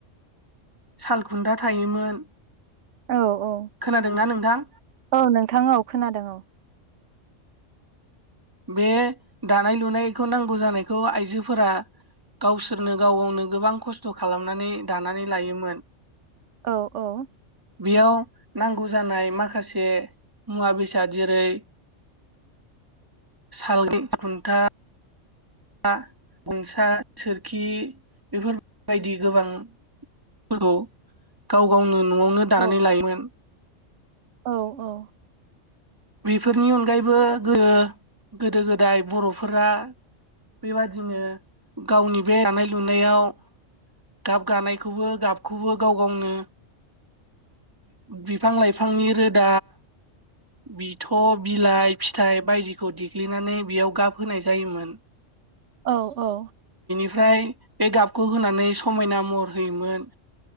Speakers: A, on the right (about 15°); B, on the right (about 70°).
A: सालखुन्द्रा थायोमोन।
B: औ औ
A: खोनादोंना नोंथां?
B: औ नोंथां औ खोनादों औ।
A: बे दानाय-लुनायखौ नांगौ जानायखौ आइजोफोरा गावसोरनो गाव गावनो गोबां खस्थ खालामनानै दानानै लायोमोन।
B: औ औ
A: बेयाव नांगौ जानाय माखासे मुवा बेसाद जेरै
B: <inaudible>
A: साल खुन्था गनसा सोरखि बेफोरबायदि गोबां फोरखौ गाव गावनो न'आवनो दानानै
B: औ
A: लायोमोन
B: औ औ
A: बेफोरनि अनगायैबो गोदो गोदो गोदाय बर'फोरा बेबादिनो गावनि बे दानाय लुनायाव गाब गानायखौबो गाबखौबो गाव गावनो बिफां लाइफांनि रोदा बिथ' बिलाइ फिथाइ बायदिखौ देग्लिनानै बेयाव गाब होनाय जायोमोन
B: औ औ
A: ओमफ्राय बे गाबखौ होनानै समायना महर होयोमोन